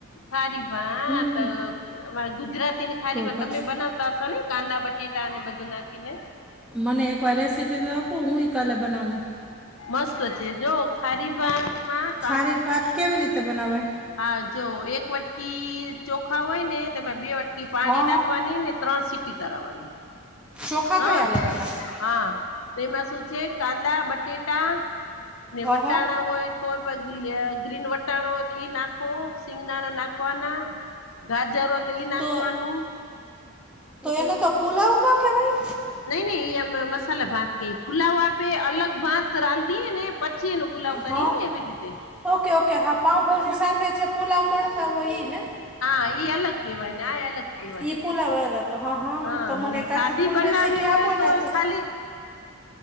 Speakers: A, on the left; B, in the centre.
A: ખારી ભાત
B: હમ
A: અ અમારી ગુજરાતી ને ખારી
B: તો
A: ભાત
B: પછી
A: તમે બનાવતા અને કાંદા બટેટાને બધું નાખીને.
B: મને એકવાર રેસીપી તો આપું હું કાલે બનાવું.
A: મસ્ત છે જો ખારી ભાત માં.
B: ખારી ભાત કેવી રીતે બનાવાય.
A: હા જો એક વટકી ચોખા હોય ને તમે બે વટકી પાણી
B: હ હ
A: નાખવાની ને. ત્રણ સીટી કરાવવાની.
B: ચોખા
A: હા
B: કયા લેવાના
A: હા તો એમાં શું છે કાંદા બટેટા ને
B: હ
A: વટાણા
B: હ
A: હોય તો પછી લે ગ્રીન વટાણા હોય તો એ નાખ. સિંગદાણા નાખવાના ગાજરો તે એ નાખવાનું.
B: તો તો એને તો પુલાવ ના કેવાય.
A: નહી નહી ઇ અમાર મસલા ભાત કે ફુલાવા પે અલગ ભાત રાંધધીએ ને. પછી એનો ફુલાવ કરીએ
B: હા
A: ને એવી રીતે.
B: ઓકે ઓકે હા પાઉભાજી સાથે છે પુલાવ મળતા હોય ને ઇ ને.
A: હા ઈ અલગ. કેવાય ને આ અલગ કેવાય
B: ઈ પુલાવ અલગ હ હ
A: હા
B: તો મને
A: ને
B: એક
A: શાદી
B: આખી ફૂલ
A: બનાવી
B: રેસીપી
A: હોય
B: આપો
A: તો
B: ને
A: ખાલી